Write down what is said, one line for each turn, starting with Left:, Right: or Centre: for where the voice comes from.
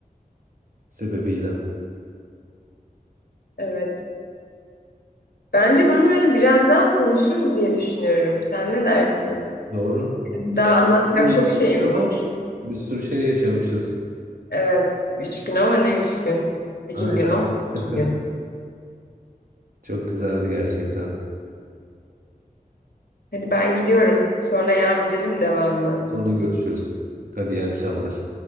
Right: sebebiyle.
Left: Evet. Bence bunları biraz daha konuşuruz diye düşünüyorum. Sen ne dersin?
Right: Doğru.
Left: Daha
Right: Yani
Left: anlatacak
Right: üç gün geçirdik
Left: çok şeyim
Right: ama
Left: var.
Right: bir sürü şey yaşamışız.
Left: Evet, üç gün ama ne üç gün? İki
Right: Aynen.
Left: gün ama iki
Right: <laughs>
Left: gün.
Right: Çok güzeldi gerçekten.
Left: Hadi ben gidiyorum. Sonra yad edelim devamını.
Right: Sonra görüşürüz. Hadi iyi akşamlar.